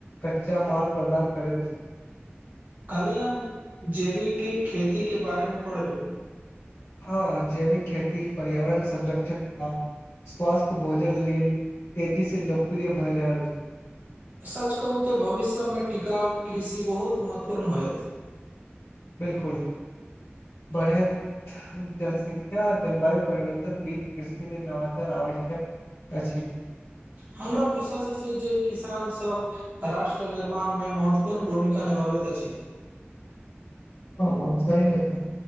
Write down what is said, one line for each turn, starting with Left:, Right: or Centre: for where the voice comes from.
Left: कच्चा माल प्रदान करैत अछि।
Right: काल्हि हम जैविक खेतीके बारे मे पढ़लहुँं।
Left: हँ, जैविक खेती पर्यावरण संरक्षण आ स्वास्थ्य भोजन लेल तेजीसे लोकप्रिय भए रहल अछि।
Right: सच कहू तऽ भविष्यमे टिकाउ कृषि बहुत महत्वपूर्ण होयत।
Left: बिलकुल। बढ़ैत जनसंख्या आ जलवायु परिवर्तन बीच कृषिमे नवाचार आव आवश्यक अछि।
Right: हमरा विश्वास अछि, जे किसानसभ राष्ट्र निर्मामे महत्वपूर्ण भूमिका निभावैत अछि।
Left: हँं हँ, सही कहलियै।